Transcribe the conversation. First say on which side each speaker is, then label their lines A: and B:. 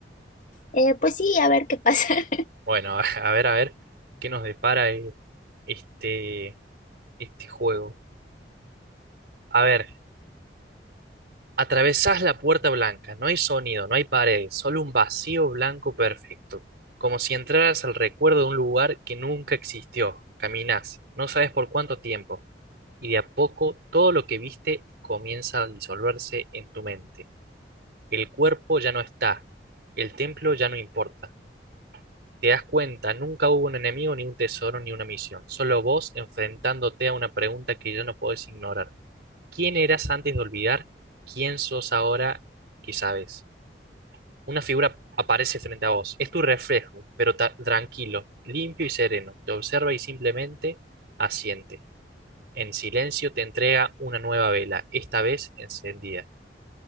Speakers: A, on the left (about 45°); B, on the right (about 65°).
A: Eh, pues sí, a ver qué pasa. <laughs>
B: Bueno, <laughs> a ver, a ver, ¿qué nos depara eh, este, este juego? A ver, atravesás la puerta blanca, no hay sonido, no hay pared, solo un vacío blanco perfecto, como si entraras al recuerdo de un lugar que nunca existió. Caminás, no sabes por cuánto tiempo, y de a poco todo lo que viste comienza a disolverse en tu mente. El cuerpo ya no está, el templo ya no importa. Te das cuenta, nunca hubo un enemigo, ni un tesoro, ni una misión. Solo vos enfrentándote a una pregunta que ya no podés ignorar. ¿Quién eras antes de olvidar? ¿Quién sos ahora que sabes? Una figura aparece frente a vos. Es tu reflejo, pero ta- tranquilo, limpio y sereno. Te observa y simplemente asiente. En silencio te entrega una nueva vela, esta vez encendida.